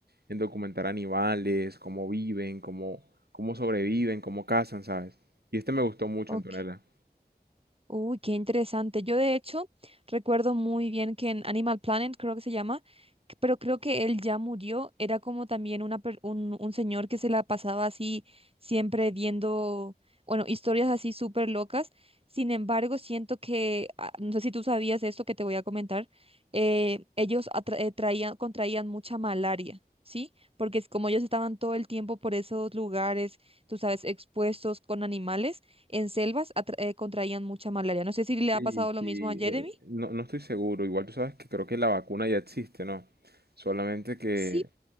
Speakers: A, on the right (about 70°); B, on the right (about 35°).
A: en documentar animales, cómo viven, cómo, cómo sobreviven, cómo cazan, ¿sabes? Y este me gustó mucho,
B: ok.
A: Antonella.
B: Uy, qué interesante. Yo de hecho recuerdo muy bien que en Animal Planet, creo que se llama, que- pero creo que él ya murió. Era como también una, per- un, un señor que se la pasaba así siempre viendo, bueno, historias así súper locas. Sin embargo, siento que, ah, no sé si tú sabías esto que te voy a comentar, eh, ellos atra- eh, traían, contraían mucha malaria. ¿Sí? Porque es como ellos estaban todo el tiempo por esos lugares, tú sabes, expuestos con animales en selvas atra- eh, contraían mucha malaria. No sé si le
A: Sí,
B: ha pasado lo
A: sí,
B: mismo a Jeremy.
A: eh, no, no estoy seguro. Igual tú sabes que creo que la vacuna ya existe, ¿no? Solamente que...
B: Sí,